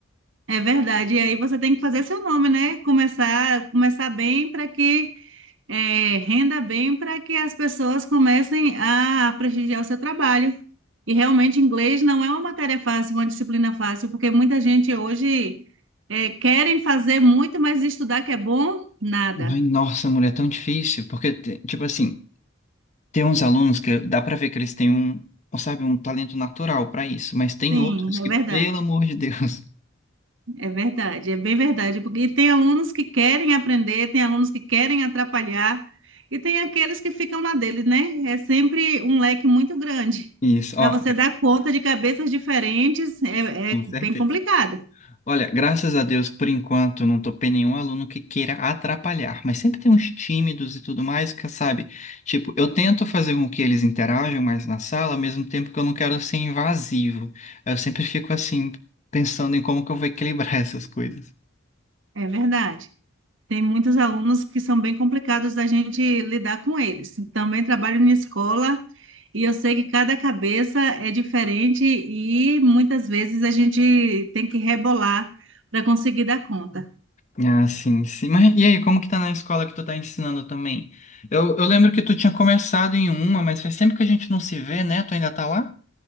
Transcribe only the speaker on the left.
Ai, nossa, mulher, é tão difícil, porque, te- tipo assim. Tem uns alunos que dá pra ver que eles têm um, sabe, um talento natural pra isso, mas tem
outros que,
pelo amor de Deus,
<laughs> isso,
ó,
com
certeza.
Olha, graças a Deus, por enquanto, eu não topei nenhum aluno que queira atrapalhar, mas sempre tem uns tímidos e tudo mais que, sabe, tipo, eu tento fazer com que eles interajam mais na sala, ao mesmo tempo que eu não quero ser invasivo. Eu sempre fico assim, pensando em como que eu vou equilibrar <laughs> essas coisas.
Ah, sim, sim. Mas e aí, como que tá na escola que tu tá ensinando também? Eu, eu lembro que tu tinha começado em uma, mas faz tempo que a gente não se vê, né? Tu ainda tá lá?